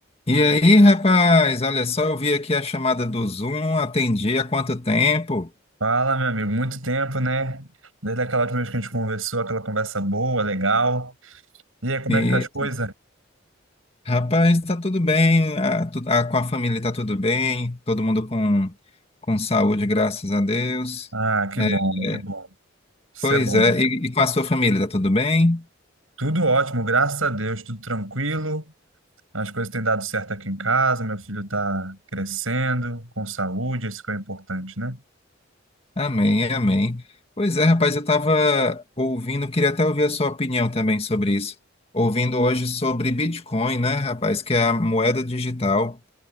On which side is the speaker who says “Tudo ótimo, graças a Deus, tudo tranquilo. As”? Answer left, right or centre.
Right